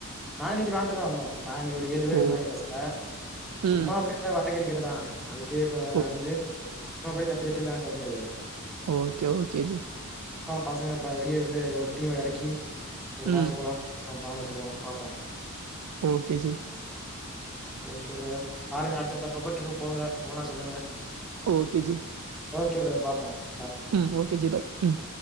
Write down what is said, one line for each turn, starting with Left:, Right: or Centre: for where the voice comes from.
Centre: சாய்னக்கு ராட்டு தான் வந்தோம் நான் இன்னைக்கு ஒரு ஏழு பேர்
Right: ஓ
Centre: இருந்தாங்கே பசங்க சும்மா
Right: ம்
Centre: அப்படியே வட்டைக்கறி கேட்டு தான் <unintelligible> கேட்டேன்
Right: ஓ
Centre: வந்து சும்மா அப்படி தட்டி தட்டி விளையான்ட்டு வந்துருது
Right: ஓகே ஓகே ஜி
Centre: பசங்க வெளியே இருந்து ஒரு டீம்ம ஏறக்கி ஒரு
Right: ம்
Centre: மேச்சு போலாம் அப்புறம் பாணித்துருவும் பாப்போம்
Right: ஓகே ஜி
Centre: ஓகே பிரதர் ஆடுங்க அடுத்தடுத்து அப்பப்ப ட்ரிப்பு போங்க போனா சொல்லுங்க
Right: ஓகே ஜி
Centre: கே ப்ரோ பார்ப்போம்
Right: ம் ஓகே ஜி பாய் ம்